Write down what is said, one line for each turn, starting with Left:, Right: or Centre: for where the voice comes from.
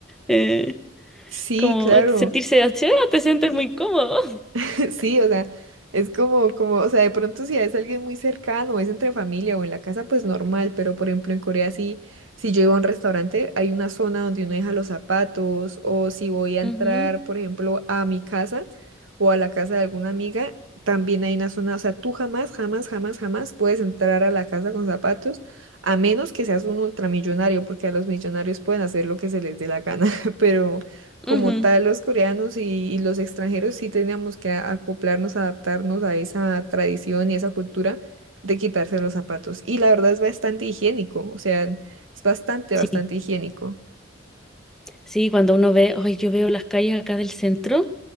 Centre: eh,
Right: sí,
Centre: como
Right: claro.
Centre: sentirse así, ah, te sientes muy cómodo.
Right: <laughs> Sí, o sea, es como, como, o sea, de pronto si es alguien muy cercano, es entre familia o en la casa, pues normal, pero por ejemplo en Corea sí, si yo iba a un restaurante, hay una zona donde uno deja los zapatos, o si voy a entrar,
Centre: Ujú,
Right: por ejemplo, a mi casa o a la casa de alguna amiga, también hay una zona, o sea, tú jamás, jamás, jamás, jamás puedes entrar a la casa con zapatos, a menos que seas un ultramillonario, porque a los millonarios pueden hacer lo que se les dé la gana, <laughs> pero como
Centre: ujú.
Right: tal los coreanos y, y los extranjeros sí teníamos que a- acoplarnos, adaptarnos a esa tradición y esa cultura de quitarse los zapatos. Y la verdad es bastante higiénico, o sea, es bastante,
Centre: Sí,
Right: bastante higiénico.
Centre: sí, cuando uno ve, hoy yo veo las calles acá del centro,